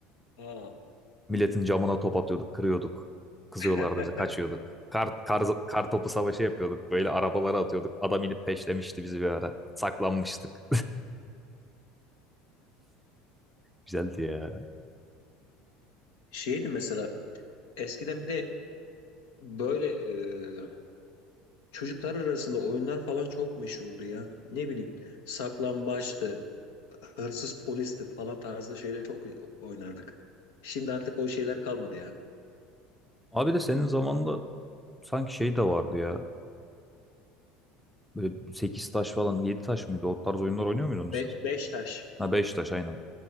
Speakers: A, on the left (about 85°); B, in the centre.
A: Aa.
B: Milletin camına top atıyorduk, kırıyorduk. Kızıyorlardı
A: <laughs>
B: bize, kaçıyorduk. Kar, kar, kar topu savaşı yapıyorduk. Böyle arabalara atıyorduk. Adam inip peşlemişti bizi bir ara. Saklanmıştık. Güzeldi ya.
A: Şeydi mesela eskiden bir de böyle e, çocuklar arasında oyunlar falan çok meşhurdu ya. Ne bileyim saklambaçtı, hırsız polisti falan tarzda şeyler çok oynardık. Şimdi artık o şeyler kalmadı ya.
B: Abi de senin zamanında sanki şey de vardı ya. Böyle 8 taş falan 7 taş mıydı? O tarz oyunlar oynuyor muydunuz
A: Be
B: siz?
A: beş taş.
B: Ha 5 taş aynen.